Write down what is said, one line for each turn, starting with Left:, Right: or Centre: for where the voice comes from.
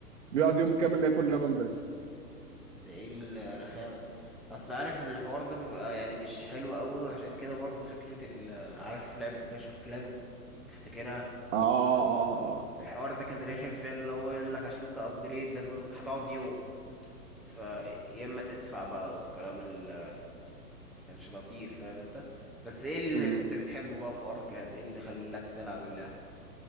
Right: بيقعد يوم كامل ياكل لبن بس
Centre: ده ايه الرخامه اصل عارف الحوار ده بيبقى يعني مش حلو قوي عشان كده برضه فكره ال آه، عارف لعبه كلاش اوف كلانز تفتكرها
Right: اه اه اه
Centre: الحوار ده كان رخم فيه اللي هو يقول لك عشان تابجريد لازم هتقعد يوم فيا اما تدفع بقى والكلام ال كانش لطيف فاهم انت بس ايه اللي
Right: امم
Centre: كنت بتحبه بقى في ارك يعني ايه اللي خلاك تلعب اللعبة